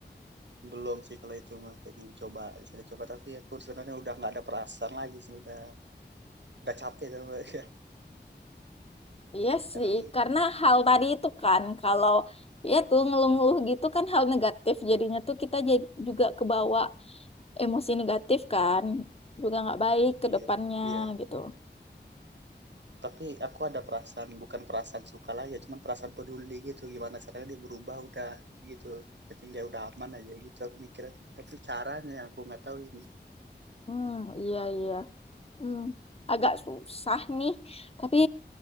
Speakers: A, on the right; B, on the left.
A: Belum sih kalau itu mah pengen coba bisa dicoba tapi aku sebenarnya udah nggak ada perasaan lagi sih udah udah capek sama ya.
B: Iya
A: Karena
B: sih, karena hal tadi itu kan, kalau ya tuh ngeluh-ngeluh gitu kan hal negatif, jadinya tuh kita jadi juga kebawa emosi negatif kan, juga nggak baik ke
A: iya
B: depannya
A: iya
B: gitu.
A: tapi aku ada perasaan bukan perasaan suka lah ya cuman perasaan peduli gitu gimana caranya dia berubah udah gitu penting dia udah aman aja gitu aku mikirnya tapi caranya yang aku nggak tahu ini
B: Hmm, iya iya. Hmm, agak susah nih, tapi